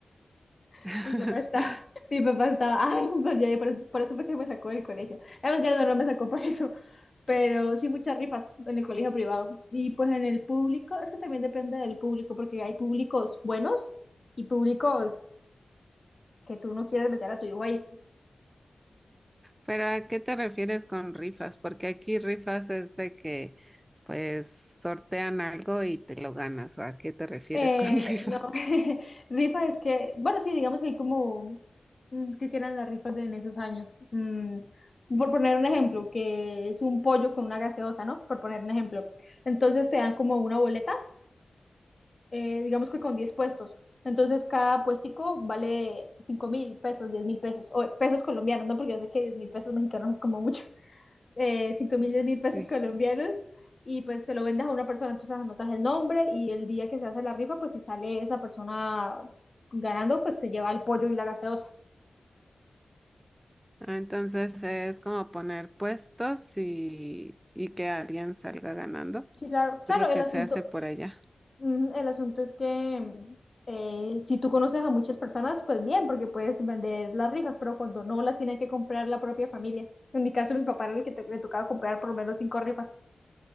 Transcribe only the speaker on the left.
<laughs>
Mi papá estaba, <laughs> mi papá estaba, <laughs> ay, no, ya, por, por eso fue que me sacó del colegio. La mentira no, no me sacó por eso, <laughs> pero sí muchas rifas en el colegio privado. Y pues en el público, es que también depende del público, porque hay públicos buenos y públicos que tú no quieres meter a tu hijo ahí.
Eh,
no, <laughs> rifa es que, bueno, sí, digamos que hay como, mm, ¿qué que eran las rifas de en esos años? Mm, por poner un ejemplo, que es un pollo con una gaseosa, ¿no? Por poner un ejemplo. Entonces te dan como una boleta, eh, digamos que con 10 puestos. Entonces cada puestico vale 5 mil pesos, 10 mil pesos, o pesos colombianos, ¿no? Porque yo sé que 10 mil pesos mexicanos es como mucho eh, 5 mil, 10 mil
pesos colombianos y pues se lo vendes a una persona, entonces anotas el nombre y el día que se hace la rifa, pues si sale esa persona ganando, pues se lleva el pollo y la gaseosa.
Sí, claro, claro,
el
asunto,
mm, el asunto es que mm, eh, si tú conoces a muchas personas, pues bien, porque puedes vender las rifas, pero cuando no las tiene que comprar la propia familia. En mi caso, mi papá era el que te- le tocaba comprar por lo menos cinco rifas.